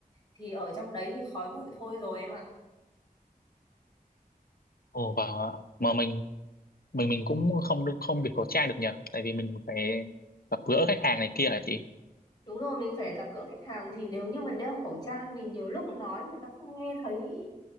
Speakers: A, on the left (about 25°); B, on the left (about 85°).
A: Thì ở trong đấy thì khói bụi thôi rồi em ạ.
B: ồ và mà mình mình mình cũng không được không bị khẩu trang được nhờ tại vì mình phải gặp gỡ khách hàng này kia hả chị
A: Đúng rồi, mình phải gặp gỡ khách hàng thì nếu như mình đeo khẩu trang thì nhiều lúc nói người ta không nghe thấy